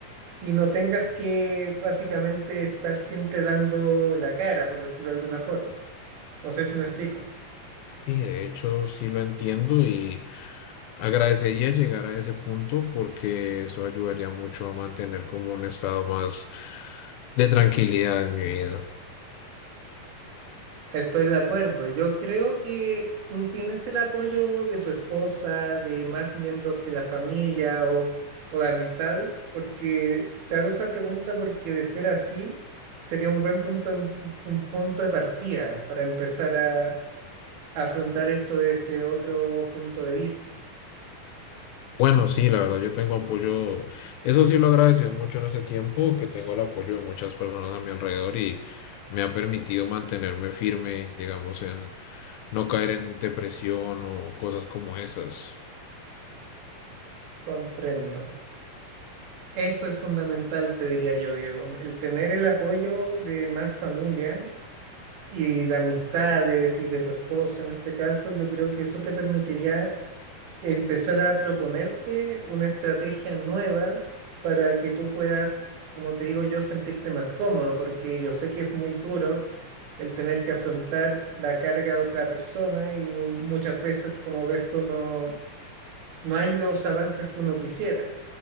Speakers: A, on the right (about 85°); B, on the left (about 80°).
A: y no tengas que básicamente estar siempre dando la cara, por decirlo de alguna forma. No sé si me explico.
B: Y de hecho, sí lo entiendo y agradecería llegar a ese punto porque eso ayudaría mucho a mantener como un estado más de tranquilidad en mi vida.
A: Estoy de acuerdo. Yo creo que tú tienes el apoyo de tu esposa, de más miembros de la familia o, o de amistades, porque te hago esa pregunta porque de ser así sería un buen punto, en- un punto de partida para empezar a, afrontar esto desde otro punto de vista.
B: Bueno, sí, la verdad, yo tengo apoyo, eso sí lo he agradecido mucho en este tiempo, que tengo el apoyo de muchas personas a mi alrededor y me ha permitido mantenerme firme, digamos, en no caer en depresión o cosas como esas.
A: Comprendo. Eso es fundamental, te diría yo, Diego. El tener el apoyo de más familia y de amistades y de tu esposa en este caso, yo creo que eso te permitiría empezar a proponerte una estrategia nueva para que tú puedas, como te digo yo, sentirte más cómodo, porque yo sé que es muy duro el tener que afrontar la carga de otra persona y un- muchas veces, como ves tú, no, no hay los avances que uno quisiera.